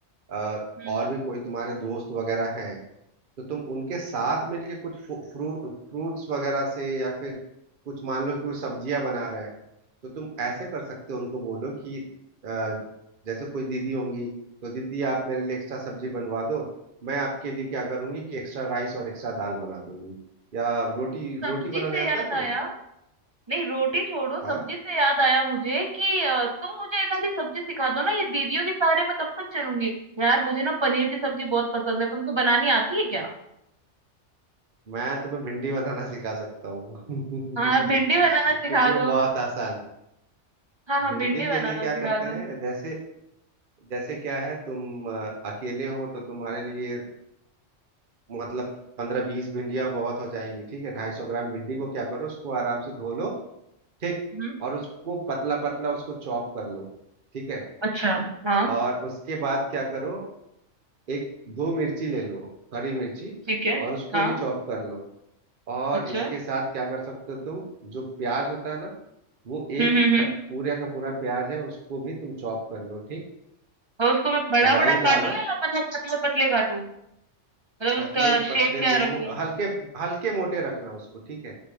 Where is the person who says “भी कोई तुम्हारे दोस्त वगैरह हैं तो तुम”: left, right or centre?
Right